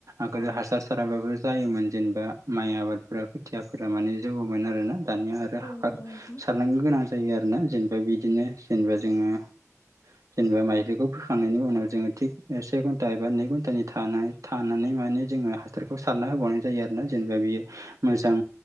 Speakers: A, on the right (about 80°); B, on the left (about 55°).
A: आगोल
B: औ
A: हासार साराबाबो जायोमोन जेनेबा माइ आबादफोरा खोथियाफोरा माने जौवोन आरोना। दानिया आरो
B: औ
A: हा
B: नंगौ
A: सारनांगौ
B: नोंथां
A: गोनां जायो आरोना। जेनेबा बिदिनो जेनेबा जोङो जेनेबा माइलिखौ फोखांनायनि उनाव जोङो थिग से घन्टा एबा नै घन्टानि थाना थानानै मानि जोङो हासारखौ होबावनाय जायो आरोना जेनेबा बेयो मोजां